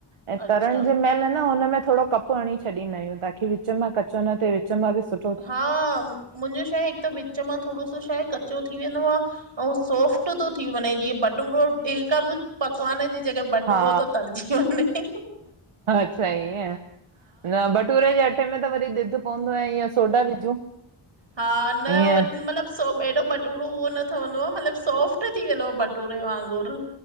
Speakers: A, on the right; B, on the right.
A: ऐं
B: अच्छा
A: तरण जे मएल न हुनमें थोङो कप हणी छंदा आयूं, ताकि विच मां कच्चो न थिये, विच्च मां वि सु
B: हा, मुंहिंजो छा आहे, हिकु त विच मां थोङो सो शायद कच्चो थी वेंदो आ अंउ सोफ्ट तो थी वंञे, जीअं बटूरो कर पकवान जी जॻह बटूरो
A: हा
B: थो तरिजी वंञे।
A: अच्छा ईअं न भटूरे जे अट्टे में त वरी ॾुधु पवंदो आ, ऐं ईअं सोडा विझूं।
B: हा न
A: ईअं
B: वरी मतलब हेॾो बटूरो उहो न ठहंदो आ मतलब सोफ्ट थी वेंदोव बटू। कटूरे वांगुर